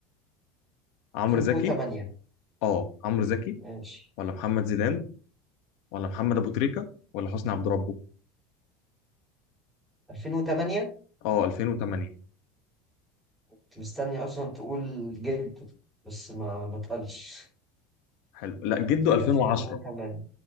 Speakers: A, on the left (about 65°); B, in the centre.
A: عمرو
B: 2008
A: زكي اه عمرو زكي
B: ماشي
A: ولا محمد زيدان ولا محمد ابو تريكه ولا حسني عبد ربه
B: 2008
A: اه 2008
B: كنت مستني اصلا تقول جد بس ما ما تقلش
A: حلو لا جده
B: 2008
A: 2010